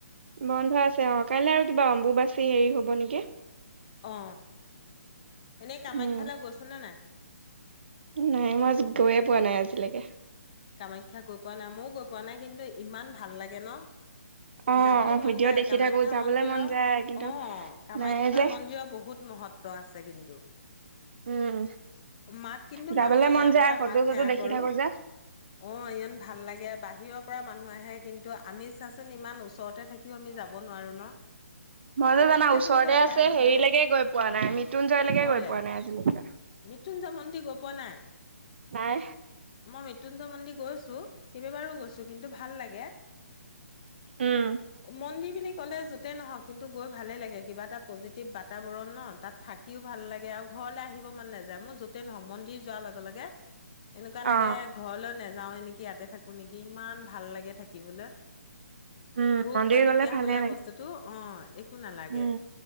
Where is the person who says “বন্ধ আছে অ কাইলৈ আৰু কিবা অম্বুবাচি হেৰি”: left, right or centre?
Right